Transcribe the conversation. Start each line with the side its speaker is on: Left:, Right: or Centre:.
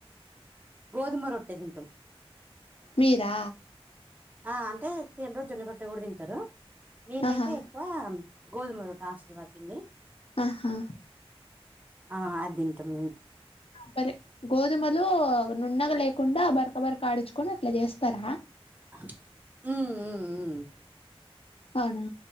Right: గోధుమ రొట్టె తింటాం
Left: మీరా
Right: ఆ అంటే తేిన్ ర్ జొన్న రోట్ ట్టే కూడా తింటారు మేమైతే
Left: ఆహా
Right: ఎక్కువ గోధుమ రోట్టే ఆశీర్వాద్ పండి
Left: ఆహా
Right: ఆ అది తింటాం మీము
Left: సరే గోధుమలు నుంనగా లేకుండా బరక బరక ఆడిచ్ కోనీ అట్లా చేస్తార
Right: మ్ మ్ మ్
Left: అవునా